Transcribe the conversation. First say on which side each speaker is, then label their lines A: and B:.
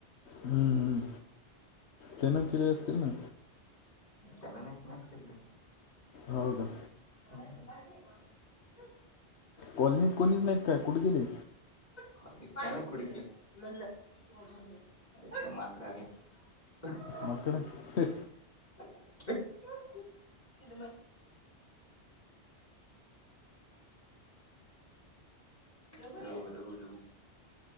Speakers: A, on the left (about 75°); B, on the left (about 35°).
A: हम्म त्यांन केले असतील ना.
B: त्यांन नाय म्याच केलते.
A: हो का.
B: मला ही गाडी ये माणूस हू
A: कॉलनीत कोणीच नाईत काय कुठ गेले?
B: कॉलनीत काय माहिती कुठ गेले अरे काय माकड आली. <unintelligible>
A: माकड हे
B: हेट लघु लघु लघु